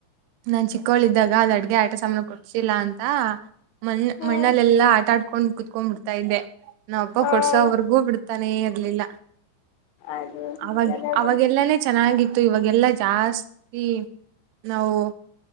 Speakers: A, on the right; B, on the left.
A: ನಾನ್ ಚಿಕ್ಕಳಿದ್ದಾಗ ಅದ್ ಅಡ್ಗೆ ಆಟ ಸಾಮಾನ ಕೊಡ್ಸಿಲ್ಲಾ ಅಂತ ಮಣ್ಣ
B: ಹ್ಮ್
A: ಮಣ್ಣಲ್ಲಾ ಆಟ ಆಡ್ಕೊಂಡು ಕುತ್ಕೊಂಡ್ ಬಿಡ್ತಾ ಇೆ ನಾವಪ್ಪ
B: ಹ
A: ಕೊಡ್ಸೋ ಅವ್ರಗೂ ಬಿಡ್ತಾನೆ ಇರ್ಲಿಲ್ಲ
B: ಅದು
A: ಅವಾಗ
B: ನಿಜಾನೇ
A: ಅವಾಗೆಲ್ಲಾನೇ
B: ಬಿಡು
A: ಚೆನ್ನಾಗಿತ್ತು ಮತ್ತು ಇವಾಗೆಲ್ಲಾ ಜಾಸ್ತಿ ನಾವು